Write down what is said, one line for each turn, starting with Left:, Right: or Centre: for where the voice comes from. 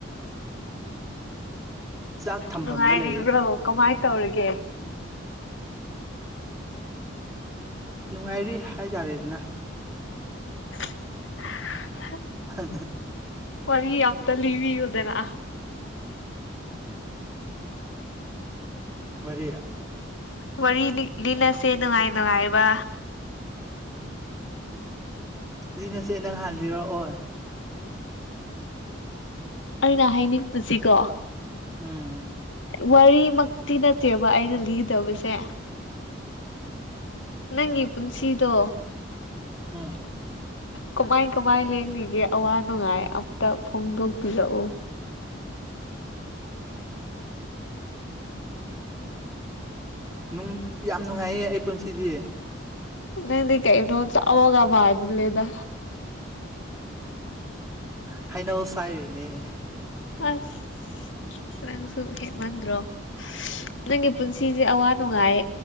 Right: ꯆꯥꯛ ꯊꯝꯐꯝꯗ
Left: ꯅꯨꯡꯉꯥꯏꯔꯤꯕ꯭ꯔꯣ
Right: ꯂꯩꯌꯦ
Left: ꯀꯃꯥꯏꯅ ꯇꯧꯔꯤꯒꯦ
Right: ꯅꯨꯡꯉꯥꯏꯔꯤ ꯍꯥꯏꯇꯥꯔꯦꯗꯅ
Left: <inaudible>
Right: ꯍꯝ <unintelligible>
Left: ꯋꯥꯔꯤ ꯑꯃꯝꯇ ꯂꯤꯕꯤꯌꯨꯗꯅ
Right: ꯋꯥꯔꯤ
Left: ꯋꯥꯔꯤ ꯂꯤꯟꯅꯁꯦ ꯅꯨꯡꯉꯥꯏ ꯅꯨꯡꯉꯥꯏꯕ
Right: ꯂꯤꯅꯁꯦ ꯅꯪ ꯍꯥꯟꯅ ꯂꯤꯔꯛꯑꯣ
Left: ꯑꯩꯅ ꯍꯥꯏꯅꯤꯡꯕꯁꯤꯀꯣ
Right: ꯎꯝ
Left: ꯋꯥꯔꯤꯃꯛꯇꯤ ꯅꯠꯇꯦꯕ ꯑꯩꯅ ꯂꯤꯒꯗꯧꯕꯁꯦ ꯅꯪꯒꯤ ꯄꯨꯟꯁꯤꯗꯣ
Right: ꯎꯝ
Left: ꯀꯃꯥꯏ ꯀꯃꯥꯏ ꯂꯦꯟꯂꯤꯒꯦ ꯑꯋꯥ ꯅꯨꯡꯉꯥꯏ ꯑꯝꯇ ꯐꯣꯡꯗꯣꯛꯄꯤꯔꯛꯑꯣ
Right: ꯅꯨꯡ ꯌꯥꯝ ꯅꯨꯡꯉꯥꯏꯌꯦ ꯑꯩ ꯄꯨꯟꯁꯤꯗꯤ
Left: ꯅꯪ ꯀꯩꯅꯣ ꯆꯥꯕꯒ ꯃꯥꯜꯂꯦꯗ
Right: ꯍꯩꯅꯧ ꯁꯥꯏꯔꯤꯅꯦ
Left: ꯑꯁ ꯅꯪꯁꯨ ꯍꯦꯟꯃꯥꯟꯗ꯭ꯔꯣ ꯅꯪꯒꯤ ꯄꯨꯟꯁꯤꯁꯦ ꯑꯋꯥ ꯅꯨꯡꯉꯥꯏ